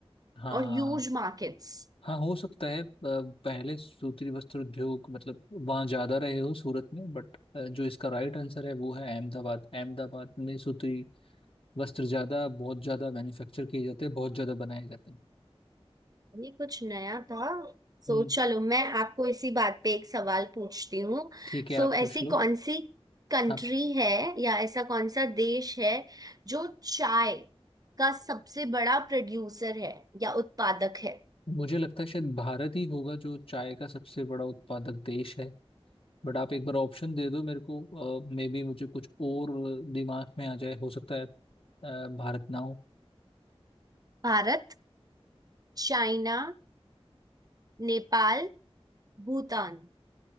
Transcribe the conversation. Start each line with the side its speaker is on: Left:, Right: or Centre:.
Left: हाँ
Right: और ह्यूज मार्केट्स
Left: हाँ हो सकता है अ, पहले सूती वस्त्र उद्योग मतलब वहाँ ज्यादा रहे हो सूरत में बट जो इसका राइट आंसर है वो है अहमदाबाद अहमदाबाद में सूती वस्त्र ज्यादा बहुत ज्यादा मैन्युफैक्चर किए जाते हैं बहुत ज्यादा बनाए जाते हैं
Right: ये कुछ नया था सो
Left: हम्म
Right: चलो मैं आपको इसी बात पे एक सवाल पूछती हूँ
Left: ठीक है
Right: सो
Left: आप
Right: ऐसी
Left: पूछ लो
Right: कौन सी कंट्री
Left: आप
Right: है या ऐसा कौन सा देश है जो चाय का सबसे बड़ा प्रोड्यूसर है या उत्पादक है
Left: मुझे लगता है शायद भारत ही होगा जो चाय का सबसे बड़ा उत्पादक देश है बट आप एक बार ऑप्शन दे दो मेरे को मे बी मुझे कुछ और दिमाग में आ जाए हो सकता है अ, भारत ना हो
Right: भारत चाइना नेपाल भूटान